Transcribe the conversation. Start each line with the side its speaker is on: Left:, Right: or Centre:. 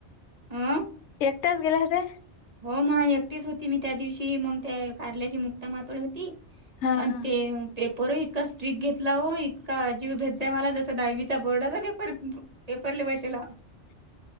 Right: अ?
Left: एकट्याच गेल्या होत्या.
Right: हो मग एकटीच होती मी त्या दिवशी मग त्या कारल्याची मुक्ता मातोड होती.
Left: हा
Right: आणि
Left: हा
Right: ते पेपर इतका स्ट्रिक घेतला हो इतका अजीव भेजजय मला जस दहावीचा बोर्डाचा पेपर. पेपरले बसेला